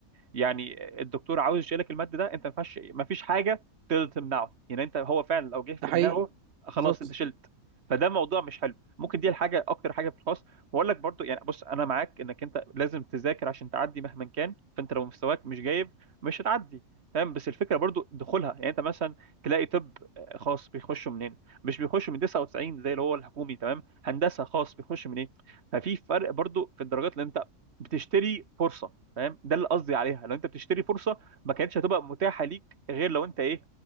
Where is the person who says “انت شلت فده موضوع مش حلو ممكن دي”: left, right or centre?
Right